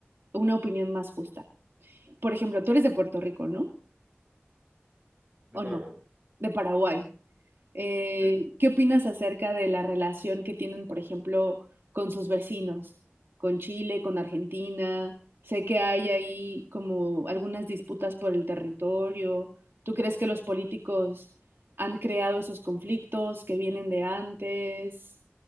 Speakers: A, on the right; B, on the right.
A: una opinión más justa. Por ejemplo, tú eres de Puerto Rico, ¿no?
B: De
A: ¿O
B: Paraguay,
A: no? De Paraguay. Eh,
B: sí.
A: ¿qué opinas acerca de la relación que tienen, por ejemplo, con sus vecinos, con Chile, con Argentina? Sé que hay ahí como algunas disputas por el territorio. ¿Tú crees que los políticos han creado esos conflictos que vienen de antes?